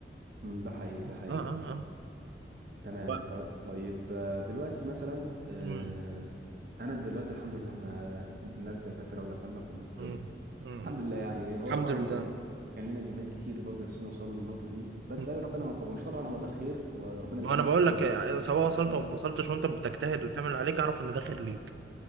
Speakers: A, on the right (about 50°); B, on the right (about 80°).
A: مم، ده حقيقي
B: اه
A: ده حقيقي
B: اه اه
A: تمام
B: و-
A: طيب طيب آه، دلوقتي مثلا آه،
B: مم.
A: انا دلوقتي الحمد لله احنا ناس دكاتره ودخلنا كليه
B: مم.
A: طب
B: مم.
A: الحمد لله يعني هو
B: الحمد
A: طبعا
B: لله
A: زمايل كان لنا زمايل كتير برضه نفسهم يوصلوا للنقطه دي بس
B: م.
A: أي ربنا ما فوقهمش طبعا هو ده خير وربنا بيكتب
B: ما انا
A: لك
B: بقول
A: الخير
B: لك
A: دايما
B: آه، سواء وصلت
A: اه
B: او ما وصلتش وانت بتجتهد
A: اه
B: وتعمل اللي عليك اعرف ان ده خير ليك